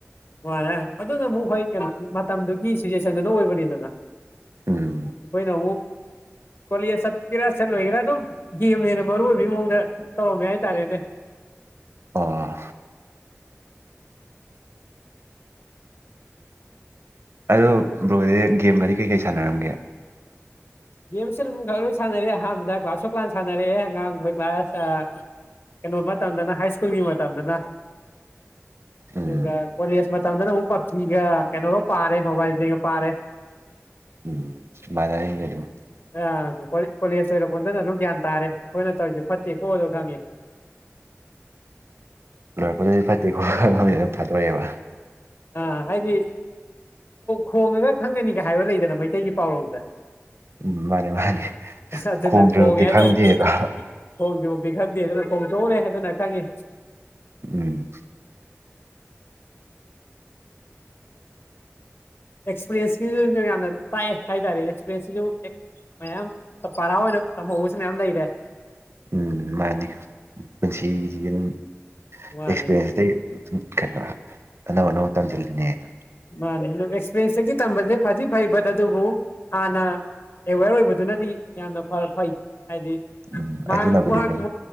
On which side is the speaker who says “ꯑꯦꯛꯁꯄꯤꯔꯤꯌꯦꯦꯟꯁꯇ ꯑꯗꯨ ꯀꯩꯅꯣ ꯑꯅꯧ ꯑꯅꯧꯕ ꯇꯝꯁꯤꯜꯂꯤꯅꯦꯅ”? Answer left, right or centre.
Right